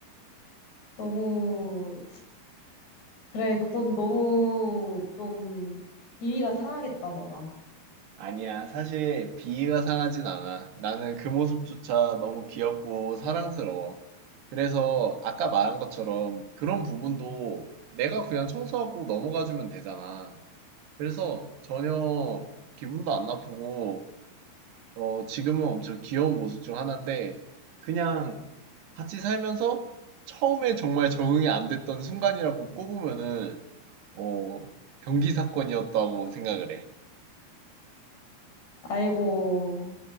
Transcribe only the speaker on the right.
아니야, 사실 비위가 상하진 않아. 나는 그 모습조차 너무 귀엽고 사랑스러워. 그래서 아까 말한 것처럼 그런 부분도 내가 그냥 청소하고 넘어가주면 되잖아. 그래서 전혀 기분도 안 나쁘고 어, 지금은 엄청 귀여운 모습 중 하나인데, 그냥 같이 살면서 처음에 정말 적응이 안 됐던 순간이라고 꼽으면은, 어, 변기 사건이었다고 생각을 해.